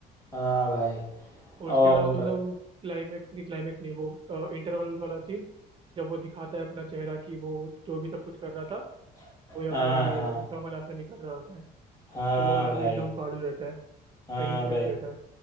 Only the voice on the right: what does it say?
और उसके
अलावा तो मतलब वो क्लाइमेक्स नहीं क्लाइमेक्स नहीं वो इंटरवल वाला सीन जब वो दिखाता है अपना चेहरा कि वो जो भी सब कुछ कर रहा था वो ये अपना
ये
कमल हासन ही कर रहा होता है
तो वो वाला
भी एकदम फाड़ू रहता है
एकदम ट्विस्ट
रहता है